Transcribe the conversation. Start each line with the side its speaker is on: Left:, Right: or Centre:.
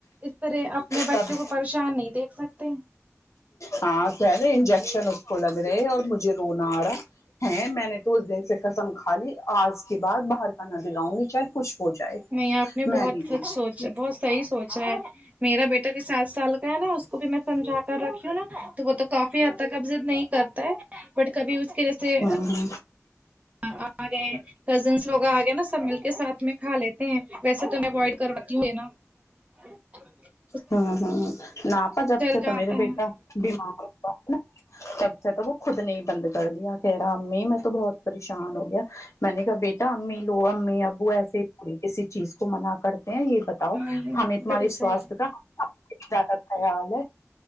Right: اس طرح اپنے بچوں
Left: تب-
Right: کو پریشان نہیں دیکھ سکتے-
Left: ہاں خل انجیکشن اس کو لگ رہے اور مجھے رونا آ رہا ہے میں نے- تو اس دن سے قسم کا لی آج کے بعد باہر کا ندی لاؤں گی چاہے کچھ ہو جائے-
Right: نہیں آپ نے
Left: میں
Right: بہت
Left: نہیں
Right: سچ
Left: دیکھ
Right: سوچا
Left: سکتی-
Right: بہت صحیح سوچا ہے میرا بیٹا بھی سات سال کا ہے نا اس کو بھی میں سمجھا کر رکھی ہوں نا تو وہ ت- کافی حد تک اب ضد نہیں کرتا ہے بٹ کبھی اس کے جیسے
Left: ہ ہ
Right: اورے <unintelligible> کزنس لوگ آگیا نا سب مل کے ساتھ میں کھا لیتے ہیں ویسے تو میں اوائڈ کرتی ہ ہے نا ا <unintelligible>
Left: ہ ہ ہ ناپا جبتے
Right: جاتا
Left: تو میرے بیٹا
Right: ہے
Left: بیمار ہو نا <unintelligible> کبچہ ت وہ خود نہیں بند کر دیا کہ رہا امی میں تو بہت پریشان ہو گیا <unintelligible> میں نے کہا بیٹا امی لو امی ابو ایسےی کسی چیز کو منا کرتے ہیں یہ ب بتا
Right: نہیں
Left: ہمیں تمہارے
Right: بالکل صحیح
Left: سوستھ کا زیادہ خیال ہے